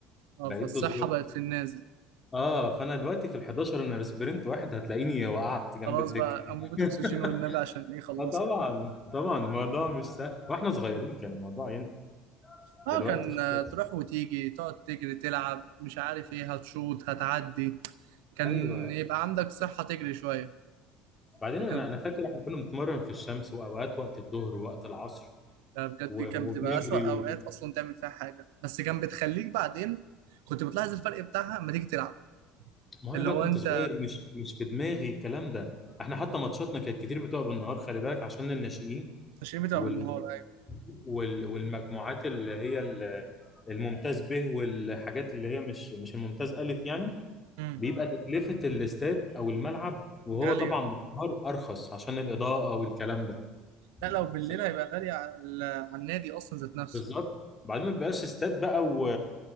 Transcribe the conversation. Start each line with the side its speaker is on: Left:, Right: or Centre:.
Right: اه
Left: بقيت
Right: فالصحة
Left: بظروف
Right: بقت في النازل
Left: اه فانا دلوقتي في ال 11 انا سبرنت واحد هتلاقيني وقعت جنب
Right: خلاص
Left: الدكه
Right: بقى انبوبة
Left: <laughs>
Right: اكسجين والنبي عشان ايه خلصنا
Left: اه طبعا طبعا الموضوع مش سهل واحنا صغيرين كان الموضوع ينفع
Right: اه
Left: دلوقتي
Right: كان
Left: خلاص
Right: آه، تروح وتيجي تقعد تجري تلعب مش عارف ايه هتشوط هتعدي كان
Left: ايوه
Right: يبقى عندك صحة تجري شوية
Left: بعدين
Right: لكن
Left: انا انا فاكر احنا كنا بنتمرن في الشمس واوقات وقت الظهر ووقت العصر
Right: آه، بجد
Left: و-
Right: كان بتبقى
Left: وبنجري
Right: أسوأ أوقات أصلا تعمل فيها حاجة بس كان بتخليك بعدين كنت بتلاحظ الفرق بتاعها لما تيجي تلعب
Left: ما هو
Right: اللي
Left: انا بقى
Right: هو
Left: كنت
Right: انت
Left: صغير مش مش في دماغي الكلام ده احنا حتى ماتشاتنا كانت كتير بتبقى بالنهار خلي بالك عشان الناشئين
Right: التشريح بتبقى
Left: وال...
Right: بالنهار ايوه
Left: وال... والمجموعات اللي هي ال- الممتاز به والحاجات اللي هي مش مش الممتاز الف يعني
Right: امم
Left: بيبقى تكلفة الاستاد او الملعب وهو
Right: غالية
Left: طبعا بالنهار ارخص عشان الاضاءة والكلام ده
Right: لا لو بالليل
Left: ف-
Right: هيبقى غالي على ال- على النادي اصلا ذات نفسه
Left: بالظبط بعدين ما بيبقاش استاد بقى و...